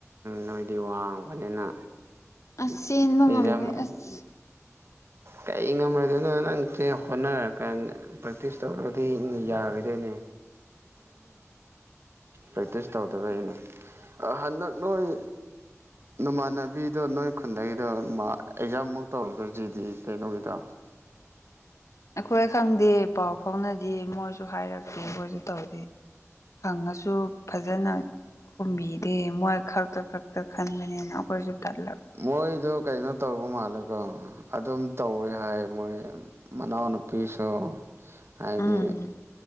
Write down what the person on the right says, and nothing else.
ꯅꯣꯏꯗꯤ ꯋꯥꯡꯕꯅꯤꯅ
ꯑꯦꯛꯖꯥꯝ
ꯀꯩ ꯉꯝꯂꯣꯢꯗꯨꯢꯅꯣ ꯅꯪ ꯆꯦꯟ ꯍꯣꯠꯅꯔꯀꯥꯟꯗ ꯄ꯭ꯔꯦꯛꯇꯤꯁ ꯇꯧꯔꯗꯤ ꯌꯥꯒꯗꯣꯏꯅꯦ ꯄ꯭ꯔꯦꯛꯇꯤꯁ ꯇꯧꯗꯕꯒꯤꯅꯦ ꯍꯟꯗꯛ ꯅꯣꯏ ꯅꯃꯥꯟꯅꯕꯤꯗꯣ ꯅꯣꯏ ꯈꯨꯟꯗꯒꯤꯗꯣ ꯃꯥ ꯑꯦꯛꯖꯥꯝꯃꯨꯛ
ꯇꯧꯇꯣꯏꯖꯤꯗꯤ ꯀꯩꯅꯣꯒꯤꯗꯣ
ꯃꯣꯏꯗꯣ ꯀꯩꯅꯣ ꯇꯧꯕ ꯃꯥꯜꯂꯦꯀꯣ ꯑꯗꯨꯝ ꯇꯧꯋꯦ ꯍꯥꯏ ꯃꯣꯏ ꯃꯅꯥꯎ ꯅꯨꯄꯤꯁꯨ ꯍꯥꯏꯗꯤ